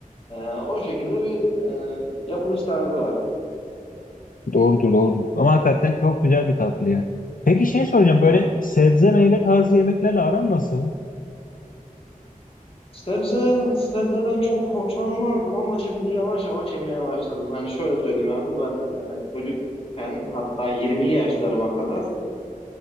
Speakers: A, on the left; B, on the left.
A: E, o şekilde bir e, yapılış tarzı var.
B: Doğrudur doğrudur. Ama hakikaten çok güzel bir tatlı ya. Peki şey soracağım
A: Evet.
B: böyle sebze meyve tarzı yemeklerle aran nasıl?
A: Sebze, sebzeden çok hoşlanmazdım ama şimdi yavaş yavaş yemeye başladım. Hani şöyle söyleyeyim abi ben e, çocukken hatta 20'li yaşlarıma kadar